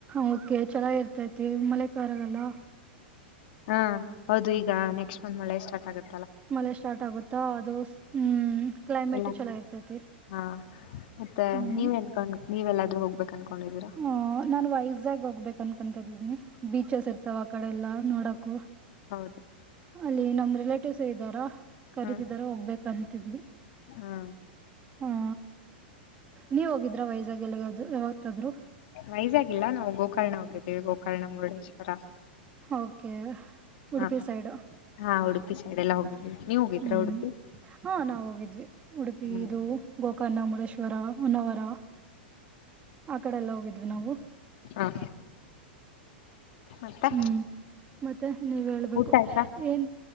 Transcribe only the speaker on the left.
ಹಾ ಹೌದು ಈಗ ನೆಕ್ಸ್ಟ್ ಮಳೆ ಮಳೆ ಸ್ಟಾರ್ಟ್ ಆಗುತ್ತೆ.
ಎಲ್ಲಾ
ಕಡೆ
ಹಾ ಮತ್ತೆ
ನೀವ್ ಎನ್ಕೊಂಡ ನೀವ್ಲ್ಲಾದ್ರೂ ಹೋಗ್ಬೇಕು ಕನ್ಕೊಂಡರಿ.
ಹೌದ.
ಹ್ಮ
ಹಾ
ವೈಜಾಗಿಲ್ಲ ನಾವು ಗೋಕರ್ಣ ಹೋಗಿದ್ದೀವಿ ಗೋಕರ್ಣ ಮುರುಡೇಶ್ವರ.
ಹಾ
ಹಾ ಉಡುಪಿ ಸೈಡ್ ಎಲ್ಲ ಹೋಗಿ ದ್ವಿ ನೀವು ಹೋಗಿದ್ರಾ.
ಉಡುಪಿ
ಹ್ಮ್
ಹಾ ಮತ್ತೆ
ಊಟ ಆಯ್ತಾ